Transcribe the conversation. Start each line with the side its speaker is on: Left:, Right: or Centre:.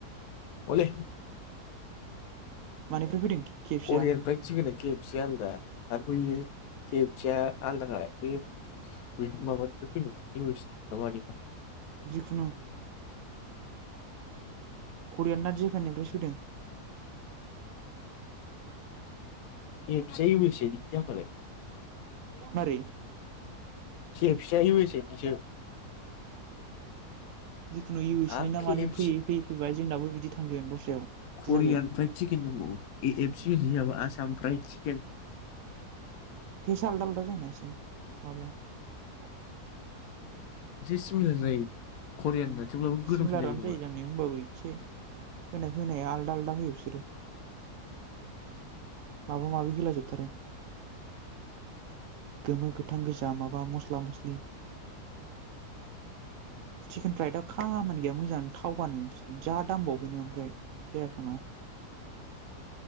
Left: अ लै
Right: मानिफ्राय फैदों के एफ
Left: करियाननिफ्रय
Right: सि आ
Left: थि नेकि फुसि हालदा <unintelligible> खेबसेया आलदालाय बे बे माबानिफ्राय फैदों इउ एस सि नि ना माबा
Right: खुनु करियानना जेपाननिफ्राय फैदों
Left: एबसे उ ए से जाबालाय
Right: मारै
Left: के एफ सि <unintelligible>
Right: जिखुनु इउ एस सि
Left: आरो
Right: नि नामानि
Left: के एफ
Right: फैयै फैयै फैबाय जोंनाबो बिदि थांगोन दस्रायाव बिदि
Left: करियानिफ्राय
Right: जागोन
Left: तिकेत नांगौ ए एभ सि आसाम ब्राइट केनो
Right: थेसा आलदा आलदा जायोना एसे माबाया
Left: <unintelligible> करियान होनना थेब्लाबो गोथावसिन
Right: सिमिलारानो
Left: जायो खोमा
Right: जानाया होमबाबो एसे होनाय होनाया आलदा आलदा होयो बिसोरो माबा माबि होला जोबथारो गोमो गोथां गोजा माबा मस्ला मस्लि चिकेन फ्राइदआ खामानि गैया मोजां थावानो जा दामबाव। अबनो ओमफ्राय जायाफ्रामा